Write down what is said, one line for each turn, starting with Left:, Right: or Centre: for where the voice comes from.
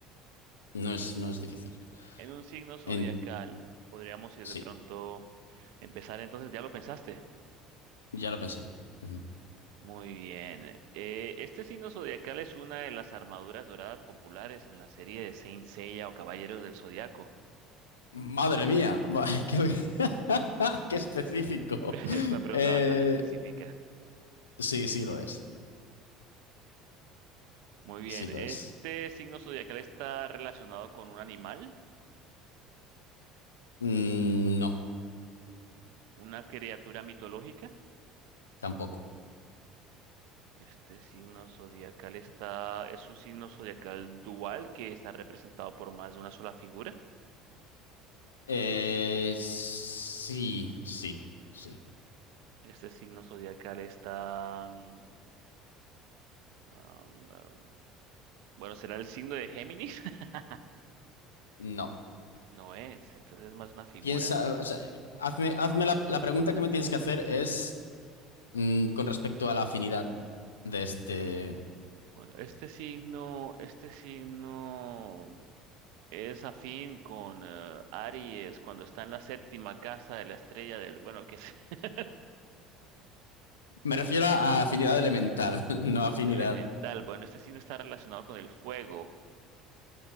Left: No es, no es difícil.
Right: En un signo zodiacal,
Left: En-
Right: podríamos ir
Left: sí,
Right: de pronto empezar. Entonces, ¿ya lo pensaste?
Left: ya lo pensé. Ujú.
Right: Muy bien. Eh, este signo zodiacal es una de las armaduras doradas populares en la serie de Saint Seiya o Caballeros del Zodiaco.
Left: Madre mía, va, <laughs> qué, <laughs> qué específico.
Right: <laughs> Es una pregunta
Left: Eh,
Right: bastante específica.
Left: sí, sí lo es.
Right: Muy bien.
Left: Sí lo
Right: ¿Este
Left: es.
Right: signo zodiacal está relacionado con un animal,
Left: Mm, no,
Right: una criatura mitológica?
Left: tampoco.
Right: Este signo zodiacal está, es un signo zodiacal dual que está representado por más de una sola figura.
Left: Eh, sí, sí, sí.
Right: Este signo zodiacal está... mm, am, ah, bueno, ¿será el signo de Géminis? <laughs>
Left: No.
Right: No es, entonces es más una figura.
Left: Piensa, o sea, hazme, hazme la, la pregunta que me tienes que hacer es mm, con respecto a la afinidad de este...
Right: Bueno, este signo, este signo es afín con eh, Aries cuando está en la séptima casa de la estrella del, bueno, que es <laughs>
Left: Me refiero a afinidad elemental, <laughs> no afinidad...
Right: elemental. Bueno, este signo está relacionado con el fuego,